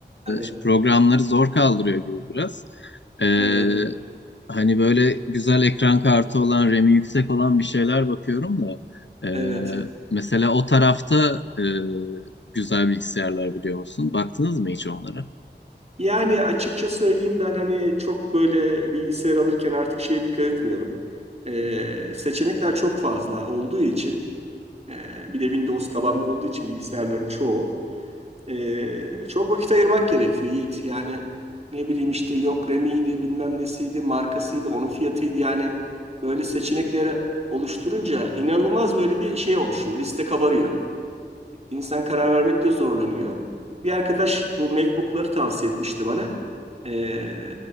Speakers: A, on the right; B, on the left.
A: evet,
B: e, programları zor kaldırıyor gibi biraz. Ee,
A: evet,
B: hani böyle güzel ekran kartı olan, RAM'i yüksek olan bir şeyler bakıyorum da. e,
A: evet.
B: mesela o tarafta e, güzel bilgisayarlar biliyor musun? Baktınız mı hiç onlara?
A: Yani açıkça söyleyeyim ben hani çok böyle bilgisayar alırken artık şeye dikkat etmiyorum. Ee, seçenekler çok fazla olduğu için e, bir de Windows tabanlı olduğu için bilgisayarların çoğu e, çok vakit ayırmak gerekiyor Yiğit. Yani ne bileyim işte yok RAM'iydi bilmem nesiydi markasıydı onun fiyatıydı yani böyle seçenekleri oluşturunca inanılmaz böyle bir şey oluşuyor liste kabarıyor. İnsan karar vermekte zorlanıyor. Bir arkadaş bu MacBook'ları tavsiye etmişti bana. Ee,